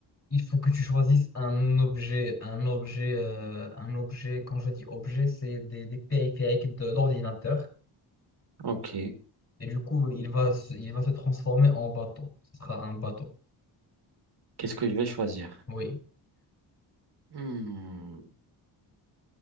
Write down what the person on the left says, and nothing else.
il faut que tu choisisses un objet, un objet, euh, un objet. Quand je dis objet, c'est des, des périphériques de l'ordinateur.
Et du coup, il va, se- il va se transformer en bateau. Ce sera un bateau.
Oui,